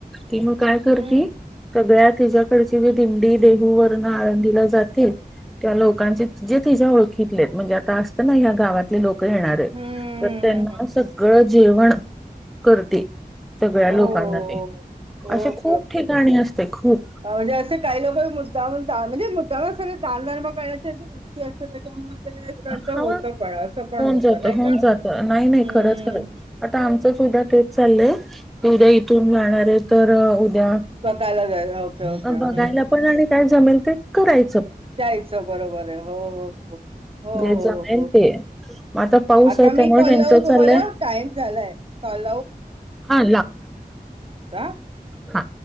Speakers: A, in the centre; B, on the right (about 35°).
A: ती म काय करती
B: हम्म
A: सगळ्यात तिच्याकडची जी दिंडी देहू वर्ण आळंदीला जातील. त्या लोकांचे जे तिज्या ओळखीतले म्हणजे आता असतं ना ह्या गावातले लोक येणार येत.
B: हम्म
A: तर त्यांना सगळं जेवण करते. सगळ्या लोकांना
B: ओ
A: ते
B: ओके
A: असे खूप
B: ओके
A: ठिकाणी असते खूप
B: म्हणजे असे काही लोक मुद्दामुन म्हणजे मुद्दा सगळ दधानधर्मा करण्याची वृत्ती असतं त्याच्यामुळे ते त्यांचं
A: हा
B: होतं पण असं पण
A: होन
B: होतं
A: जात
B: नाही
A: होऊन
B: का
A: जात नाही नाही
B: हम्म
A: खरंच खरच आता आमचच उद्या तेच चालय उद्या इथून जाणार आहे तर द्या
B: बघायला जायचं ओके ओके हम्म
A: बघायला पण आणि काय जमेल ते कराय
B: जायच बरोबर आहे हो हो हो. हो
A: जे
B: हो
A: जमेल
B: हो.
A: ते मग आता पाऊस
B: आता
A: आहे त्यामुळे
B: मी कॉल
A: ह्यांचं
B: लावू
A: चाललंय
B: तुम्हाला? टाइम झालाय. कॉल
A: हा
B: <unintelligible>
A: हा.